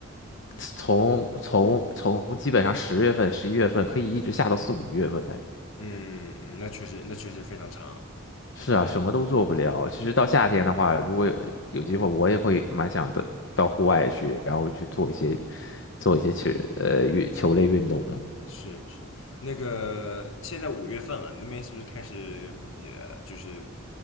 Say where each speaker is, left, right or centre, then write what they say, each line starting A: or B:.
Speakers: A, on the left; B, on the left.
A: 嗯
B: 从从从基本上十月份、十一月份可以一直下到四五月份的。
A: 嗯嗯，那确实那确实非常长。
B: 是啊，什么都做不了。其实到夏天的话，如果有有机会，我也会蛮想的到户外去，然后去做一些做一些球呃运球类运动。
A: 是是，那个现在五月份了，那边是不是开始也就是